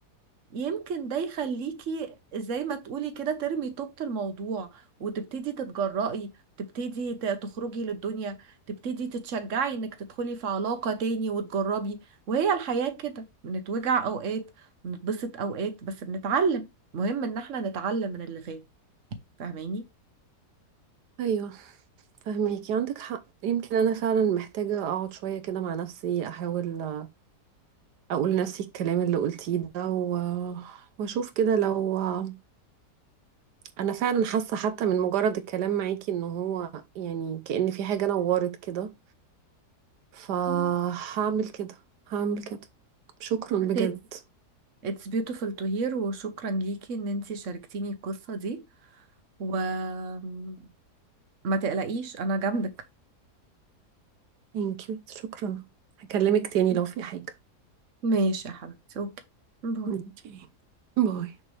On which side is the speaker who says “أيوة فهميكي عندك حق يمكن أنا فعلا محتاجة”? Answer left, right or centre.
Right